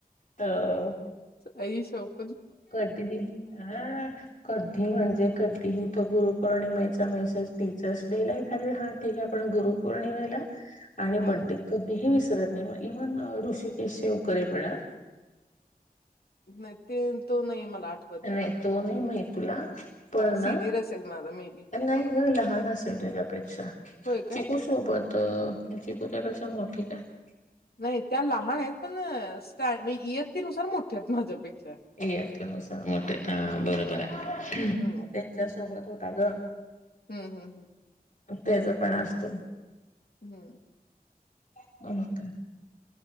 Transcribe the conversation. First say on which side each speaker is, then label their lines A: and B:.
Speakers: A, on the left; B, on the left.
A: हो.
B: आई शप
A: कधीही हां, कधी म्हणजे कधीही तो गुरु पौर्णिमेचा मैसेज टीचर्स डेला एखाद वेळ हा ठीक आहे, पण गुरुपौर्णिमेला आणि
B: हां,
A: बडडे कधीही विसरत नाही म इव्हन ऋषिकेश शेवकरे पण अं.
B: नही ते तो नय मला आठवत
A: नाही
B: आहे.
A: तो नाही माहित तुला. पण
B: हां,
A: ना
B: सीनियर असेल माझा मे बी.
A: नाही ग लहान असेल तुझ्यापेक्षा.
B: होय का?
A: चिकू सोबत, चिकूच्यापेक्षा मोठ ठीक आहे
B: नाही त्या लहान आहेत पण स्टॅ इयत्तीनुसार मोठ्या आहेत माझ्यापेक्षा.
A: इयत्तेनुसार मोठे बरोबर आहे.
B: हम्म
A: म त्यांच्या सोबत होता ग.
B: हं हं हं.
A: त्याच पण असतो.
B: हं.
A: <unintelligible>